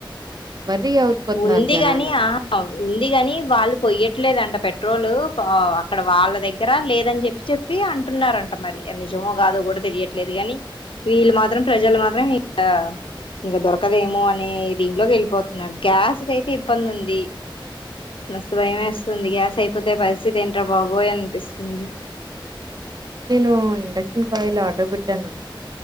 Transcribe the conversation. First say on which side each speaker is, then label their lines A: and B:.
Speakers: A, on the right; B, on the left.
A: వర్రీ అవుపోతున్నారు
B: ఉంది
A: జనాలు.
B: గాని ఆహా ఉంది గాని వాళ్ళు పొయ్యట్లేదంట పెట్రోలు అక్కడ వాళ్ళ ప దగ్గర లేదని చెప్పి చెప్పి వి అంటున్నారంట మరి ఆది నిజమో కాదో కూడా తెలియట్లేదు కాని వీళ్ళు మాత్రం ప్రజలు మాత్రం <unintelligible> క ఇంకా దొరకదేమో అనే ది దింట్లోకి వెళ్ళిపోతున్నారు గ్యాస్ కయితే ఇబ్బంది ఉంది మస్త్ భయమేస్తుంది గ్యాస్ అయిపోతే పరిస్థితి ఏంటో బాబోయ్ అనిపిస్తుంది
A: <inaudible> నేను ఇండక్షన్ కాయిల్ ఆర్డర్ పెట్టాను